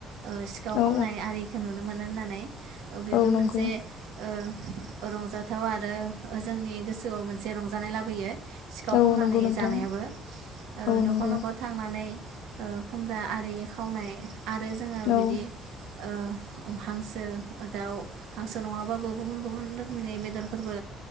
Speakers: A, on the right; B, on the left.
A: ओ सिखाव
B: औ
A: खावनाय नुनो मोनोन होननानै बेबो
B: औ नंगौ
A: मोनसे ओ रंजाथाव आरो जोंनि गोसोआव मोनसे रंजानाय लाबोयो सिखाव
B: औ
A: खावनानै
B: नंगौ नोंथां
A: जानायाबो ओ
B: औ
A: न'खर
B: नंगौ
A: न'खर थांनानै ओ खुमब्रा आरि खावनाय आरो जोङो
B: औ
A: बिदि ओ हांसो, दाउ हांसो नङाबो गुबुन गुबुन रोखोम खै बेदरफोरबो